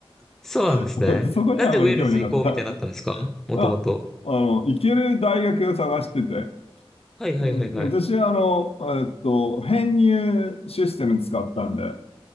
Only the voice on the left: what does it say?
<laughs> そこにはあんまり興味なかった。
<laughs> あ、あの、行ける大学を探してて。
うん、私は、あの、えっと、編入システム使ったんで。